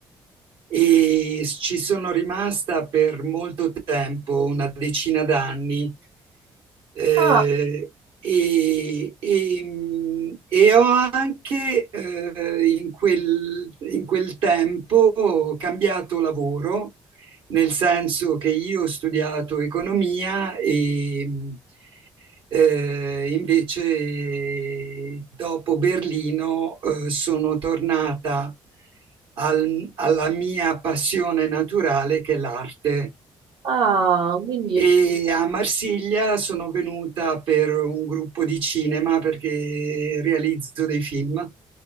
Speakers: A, on the right; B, on the right.
A: e ci sono rimasta per molto tempo, una decina d'anni, eh,
B: Ah,
A: e, e, mh, e ho anche eh, in quel, in quel tempo cambiato lavoro, nel senso che io ho studiato economia e, mm, eh, invece, dopo Berlino, eh, sono tornata al- alla mia passione naturale, che è l'arte.
B: ah, quindi,
A: E a Marsiglia sono venuta per un gruppo di cinema perché realizzo dei film